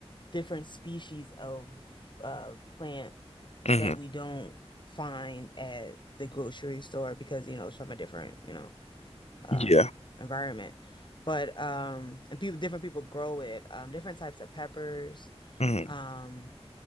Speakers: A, on the left (about 45°); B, on the left (about 75°).
A: different species of uh plant
B: hmm
A: that we don't find at the grocery store because, you know, it's from a different, you know, um
B: Yeah.
A: environment. But um and people different people grow it, um different types of peppers.
B: hmm
A: Um